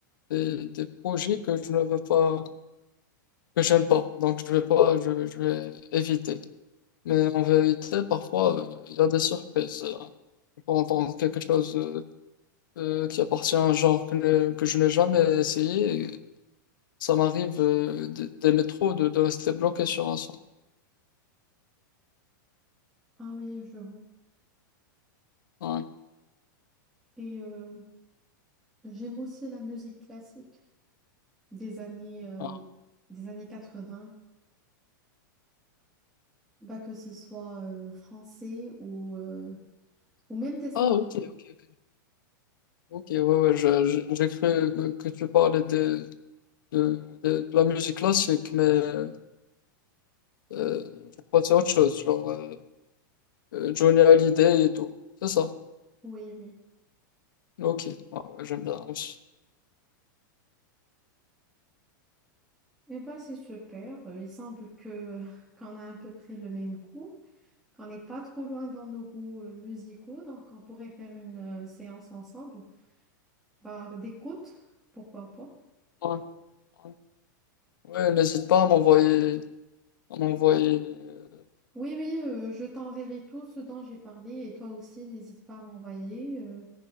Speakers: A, on the left; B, in the centre.
A: des, des projets que je ne veux pas, que j'aime pas. Donc, je vais pas, je, je vais éviter. Mais en vérité, parfois, euh, il y a des surprises. euh. On peut entendre quelque chose euh, euh, qui appartient à un genre que, ne- que je n'ai jamais essayé. et ça m'arrive euh, d- des métros de, de rester bloqué sur un son.
B: Ah oui, je vois.
A: Ouais.
B: Et euh, J'aime aussi la musique classique des années, euh,
A: Ah,
B: des années 80, bah, que ce soit euh, français ou, euh, ou même des saints.
A: Ah, ok, ok, ok. Ok, ouais, ouais, je- je- j'ai cru que que tu parlais de, de, de, de la musique classique, mais euh, je crois que c'est autre chose, genre euh, euh, Johnny Hallyday et tout. C'est ça.
B: Oui, oui.
A: Ok, Ouais, ouais, j'aime bien aussi.
B: Eh bah, c'est super. Euh, Il semble que <laughs> qu'on a à peu près le même goût, qu'on n'est pas trop loin dans nos goûts euh, musicaux, donc on pourrait faire une euh, séance ensemble. Bah, d'écoute, pourquoi pas.
A: Ouais, ouais. Ouais, n'hésite pas à m'envoyer. On m'envoyait, euh,
B: Oui, oui, euh, je t'enverrai tout ce dont j'ai parlé et toi aussi, n'hésite pas à m'envoyer. euh,